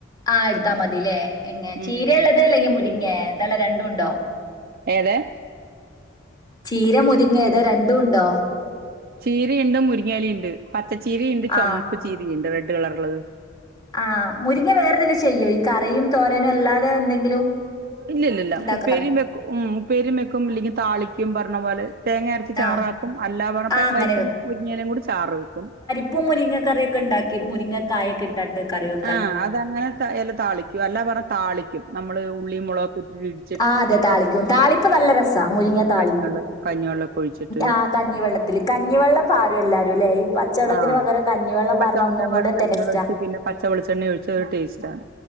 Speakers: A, on the left; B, on the right.
A: ആഹാ അടുത്താ മതില്ലേ എങ്ങ
B: ഉം
A: ചീരയള്ളത് അല്ലെങ്കിൽ മുരിങ്ങ എന്തളളത് രണ്ടും ഉണ്ടോ?
B: ഏത്-
A: തീര മുരിങ്ങ ഏതാ രണ്ടും ഉണ്ടോ?
B: ചീരയുണ്ട് മുരിങ്ങാലിണ്ട് പച്ചച്ചീരണ്ട്
A: ആ
B: ചുമപ്പ് ചീരിണ്ട് റെഡ് കളർ ഉള്ളത്.
A: ആഹാ മുരിങ്ങ വേറെ എന്തെലും ചെയ്യോ ഈ കറിയും തോരനും അല്ലാതെ എന്തെങ്കിലും?
B: ഇല്ല ഇല്ലില്ല
A: ഉണ്ടാക്കാറ്
B: ഉപ്പേരിയും വെക്കും ഉ ഉപ്പേരിയും വെക്കും ഇല്ലെങ്കിൽ താളിക്കും പറഞ്ഞ പോലെ തേങ്ങ അരച്ച് ചാറാക്കും.
A: ആ
B: കും അല്ലാ പറ
A: ആ അങ്ങനെ
B: പരിപ്പും മുരിങ്ങയിലയും കൂടി ചാറ് വെക്കും
A: ഇപ്പൊ മുരിങ്ങക്കറയൊക്കെ ഉണ്ടാക്കി മുരിങ്ങക്കായൊക്കെ രണ്ട് കറി വേ
B: ആ അതങ്ങനെ എല്ല താളിക്കും അല്ലാ പറഞ്ഞാ താളിക്കും നമ്മള് ഉള്ളി മുളകൊക്കെ ഇട്ട്
A: ആഹാ അതെ താളിക്കും താളിപ്പ് നല്ല രസാ മുരിങ്ങ താളിപ്പ്
B: കഞ്ഞിവെള്ളൊക്കെ കഞ്ഞിവെള്ളൊക്കെ ഒഴിച്ചിട്ട്
A: ആ കഞ്ഞിവെള്ളം കഞ്ഞിവെള്ളം പാരും എല്ലാരുംല്ല ഈ പച്ചവെള്ളത്തിന്
B: ആഹ്
A: പകരം കഞ്ഞിവെള്ളം
B: പച്ചവെള്ളത്തിന്
A: പർന്നാ ഒന്നും
B: പകരം
A: കൂടെ
B: കഞ്ഞിവെള്ളം
A: ടേസ്റ്റാ
B: ഒഴിച്ച് പിന്നെ പച്ചവെളിച്ചെണ്ണ ഒഴിച്ച ഒരു ടെസ്റ്റ് ആണ്